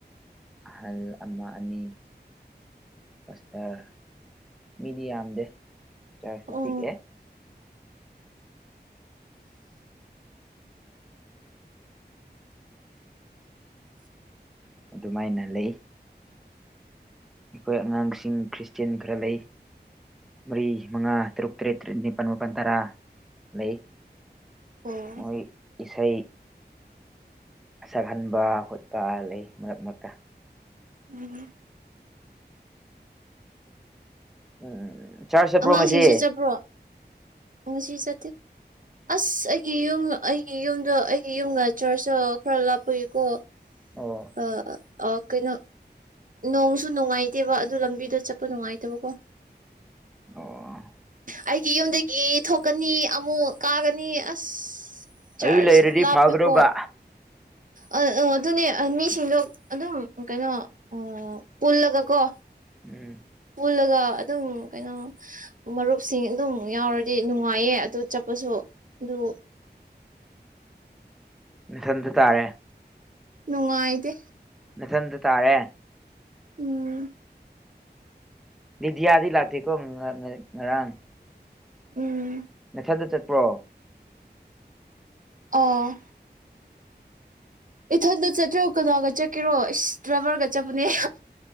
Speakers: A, in the centre; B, on the right.
A: ꯑꯍꯜ ꯑꯃ ꯑꯅꯤ ꯄꯁꯇꯔ ꯃꯤꯗꯤ ꯌꯥꯝꯗꯦ ꯆꯥꯔꯖꯁꯨ
B: ꯑꯣ
A: ꯄꯤꯛꯑꯦ ꯑꯗꯨꯃꯥꯏꯅ ꯂꯩ ꯑꯩꯈꯣꯏ ꯑꯉꯥꯡꯁꯤꯡ ꯈ꯭ꯔꯤꯁꯇꯦꯟ ꯈꯔ ꯂꯩ ꯃꯔꯤ ꯃꯉꯥ ꯇꯔꯨꯛ ꯇꯔꯦꯠꯠ ꯅꯤꯄꯥꯜ ꯃꯥꯄꯜ ꯇꯔꯥ ꯂꯩ
B: ꯑꯣ
A: ꯃꯣꯏ ꯏꯁꯩ ꯁꯛꯍꯟꯕ ꯈꯣꯠꯄ ꯂꯩ ꯃꯔꯛ ꯃꯔꯛꯇ
B: ꯎꯝ
A: ꯎꯝ ꯆꯥꯔꯖ ꯆꯠꯄ꯭ꯔꯣ
B: ꯑꯉꯥꯡꯁꯤꯡꯁꯨ
A: ꯉꯁꯤ
B: ꯆꯠꯄ꯭ꯔꯣ ꯉꯁꯤ ꯆꯠꯇꯦ ꯑꯁ ꯑꯩꯒꯤ ꯌꯨꯝ ꯑꯩꯒꯤ ꯌꯨꯝꯗꯣ ꯑꯩꯒꯤ ꯌꯨꯝꯒ ꯆꯔꯆꯇ ꯈꯔ ꯂꯥꯞꯄꯏꯨꯀꯣ
A: ꯑꯣ
B: ꯑ ꯑꯣ ꯀꯩꯅꯣ ꯅꯣꯡꯁꯨ ꯅꯨꯡꯉꯥꯏꯇꯦꯕ ꯑꯗꯨ ꯂꯝꯕꯤꯗ ꯆꯠꯄ ꯅꯨꯡꯉꯥꯏꯇꯕꯀꯣ
A: ꯑꯣ
B: ꯑꯩꯒꯤ ꯌꯨꯝꯗꯒꯤ ꯊꯣꯛꯀꯅꯤ ꯑꯃꯨꯛ ꯀꯥꯒꯅꯤ ꯑꯁ ꯆꯔꯁ
A: ꯑꯩ ꯂꯩꯔꯗꯤ
B: ꯂꯕꯄꯤ
A: ꯐꯒꯗꯧꯕ
B: ꯀꯣ ꯑ ꯑ ꯑꯗꯨꯅꯦ ꯃꯤꯁꯤꯡꯗꯣ ꯑꯗꯨꯝ ꯀꯩꯅꯣ ꯑꯣ ꯀꯜꯂꯒ ꯀꯣ
A: ꯎꯝ
B: ꯄꯨꯜꯂꯒ ꯑꯗꯨꯝ ꯀꯩꯅꯣ ꯃꯔꯨꯞꯁꯤꯡ ꯑꯗꯨꯝ ꯌꯥꯎꯔꯗꯤ ꯅꯨꯡꯉꯥꯏꯌꯦ ꯑꯗꯨ ꯆꯠꯄꯁꯨ ꯑꯗꯨ
A: <unintelligible> ꯊꯟꯗ ꯇꯥꯔꯦ
B: ꯅꯨꯡꯉꯥꯏꯗꯤꯦ
A: ꯅꯊꯟꯗ ꯇꯥꯔꯦ
B: ꯎꯝ
A: ꯕꯤꯗꯤꯌꯥꯗꯤ ꯂꯥꯛꯇꯦꯀꯣꯥꯡ ꯉꯔꯥꯡ
B: ꯎꯝ
A: ꯃꯊꯟꯗ ꯆꯠꯄ꯭ꯔꯣ
B: ꯑ ꯏꯊꯟꯇ ꯆꯠꯇ꯭ꯔꯣ ꯀꯅꯥꯒ ꯆꯠꯀꯦꯔꯣ ꯏꯁ ꯗ꯭ꯔꯥꯏꯚꯔꯒ ꯆꯠꯄꯅꯦ